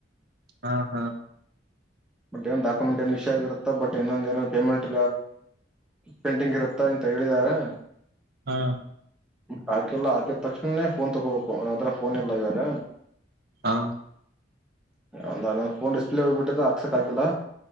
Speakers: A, on the right; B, in the centre.
A: ಹಾ ಹಾ.
B: ಬಟ್ಏ ಡಾಕ್ಯುಮೆಂಟ್ ಏನ್ ವಿಷಯ ಆಗಿರುತ್ತಾ ಬಟ್ ಇೊಂದ ಏನ ಪೇಮೆಂಟ್ ಪೆಂಡಿಂಗ್ ಇರುತ್ತ. ಹೇಳಿದಿದ್ದಾರೆ.
A: ಹಾ.
B: ಹಾಕೆಲ್ಲ ಹಾಕಿದ ತಕ್ಷಣೇ ಫೋನ್ ತಗೋಬೇಕು ನಂತರ ಫೋನ್ ಇಲ್ಲ ಇವಾಗ.
A: ಹಾ.
B: ಒಂದ ಫೋನ್ ಡಿಸ್ಪ್ಲೇ ಹೋಗ್ಬಿಟ್ಟಿದೆ ಆಕ್ಸಕ್ ಆಗಿಲ್ಲ.